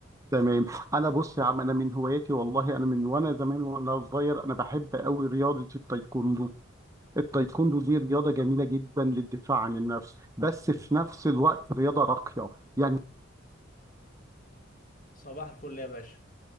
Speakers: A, on the right; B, on the left.
A: تمام انا بص يا عم انا من هواياتي والله انا من وانا زمان وانا صغير انا بحب قوي رياضه التايكوندو التايكوندو دي رياضة جميلة جدا للدفاع عن النفس بس في نفس الوقت رياضة راقية يعني
B: صباح الفل يا باشا